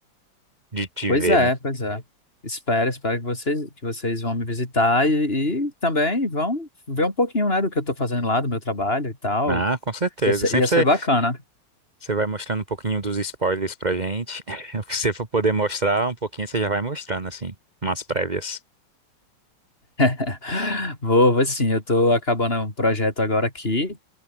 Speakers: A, on the right; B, on the left.
A: de te
B: Pois
A: ver,
B: é,
A: né?
B: pois é. Espero, espero que vocês, que vocês vão me visitar e, e também vão ver um pouquinho, né, do que eu estou fazendo lá, do meu trabalho e tal.
A: Ah, com certeza.
B: Ia ser,
A: Sempre
B: ia ser
A: você,
B: bacana.
A: você vai mostrando um pouquinho dos spoilers pra gente. <laughs> O que você for poder mostrar um pouquinho, você já vai mostrando, assim, umas prévias.
B: <laughs> Vou, vou sim, eu estou acabando um projeto agora aqui.